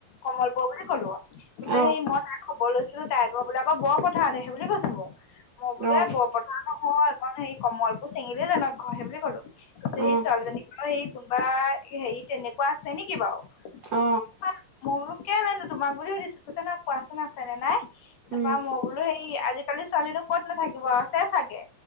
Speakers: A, on the left; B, on the right.
A: কমলপুও বুলি কলো যে সেই
B: অ
A: মই তাৰ খব বৰ লৈছিলো তাই গৰ বুলে আকৌ বৰপথা তেহে বুলি কৈছে মোক মই বুলু
B: অ
A: এ বৰপ হোৱা আক হয় ঘৰটো সেই কমলপুউ চিঙেলিজানত ঘৰ সে বুলি কলো পিছে সেই
B: অ
A: ছোৱালীজনীক সেই কোনোবা এ হেৰি তেনেকুৱা আছে নেকি বাউ?
B: অ
A: উআ মই বুলু কেলে নো তোমাক বুলি সুধিছো, কৈছে, নাই কোৱাচোন আছে নে নাই?
B: উম
A: তাপা মই বোলো হেৰি আজিকালি ছোৱালী ক'ত নাথাকিব আছে চাগে।